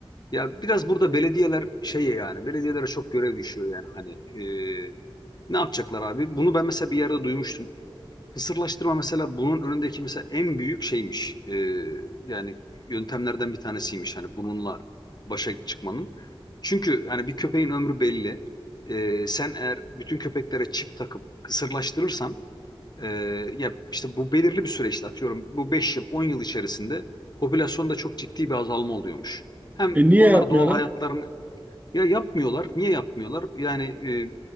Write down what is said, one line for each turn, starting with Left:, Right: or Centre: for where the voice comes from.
Left: Ya biraz burada belediyeler şeye yani belediyelere çok görev düşüyor yani hani e, ne yapacaklar abi? Bunu ben mesela bir yerde duymuştum. Kısırlaştırma mesela bunun önündeki mesela en büyük şeymiş. Ee, yani yöntemlerden bir tanesiymiş hani bununla başa çıkmanın. Çünkü yani bir köpeğin ömrü belli. Ee, sen eğer bütün köpeklere çip takıp kısırlaştırırsan e, ya işte bu belirli bir süreçte atıyorum bu 5 yıl 10 yıl içerisinde popülasyonda çok ciddi bir azalma oluyormuş. Hem
Right: E niye
Left: onlar
Right: yapmıyorlar?
Left: doğal hayatlarını ya yapmıyorlar. Niye yapmıyorlar? Yani e,